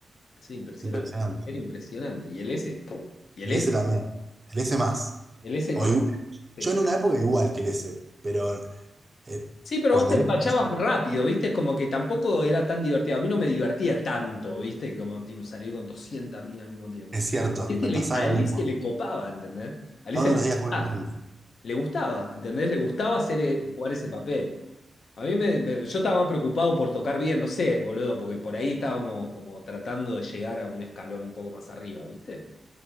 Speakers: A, on the left; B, on the right.
A: sí, impresionante.
B: impresionante.
A: Era impresionante. Y el S, pum, y el
B: El
A: S,
B: S también. El S más.
A: el S
B: O
A: más.
B: igu-
A: Sí.
B: yo en una época igual que el S, pero eh,
A: Sí, pero
B: cuando
A: vos te empachabas
B: el S
A: rápido, ¿viste? Es Como que tampoco era tan divertido. A mí no me divertía tanto, ¿viste? Como tipo salir con 200 minas al mismo tiempo.
B: es cierto,
A: Es que
B: me
A: le-
B: pasaba
A: a Alice
B: lo mismo.
A: se le copaba, ¿entendés? A Alice
B: Todos
A: se le
B: los
A: gustaba.
B: días con una diferente.
A: Le gustaba, ¿entendés? Le gustaba hacer, eh, jugar ese papel. A mí me, me- yo estaba más preocupado por tocar bien, no sé, boludo, porque por ahí estábamos como tratando de llegar a un escalón un poco más arriba, ¿viste?